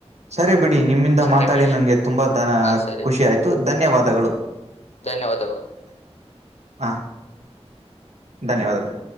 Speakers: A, on the right; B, on the left.
A: ಸರಿ ಬಿಡ್ ನಿಮ್ಮಿಂದ
B: ಸರಿ
A: ಮಾತಾಡಿ
B: ಮೇಡಮ್
A: ನನ್ಗೆ ತುಂಬಾ ದ
B: ಹಾ ಸರಿ
A: ಖುಷಿ ಆಯ್ತು ಧನ್ಯವಾದಗಳು
B: ಧನ್ಯವಾದಗಳು
A: ಹ ಧನ್ಯವಾದಗಳು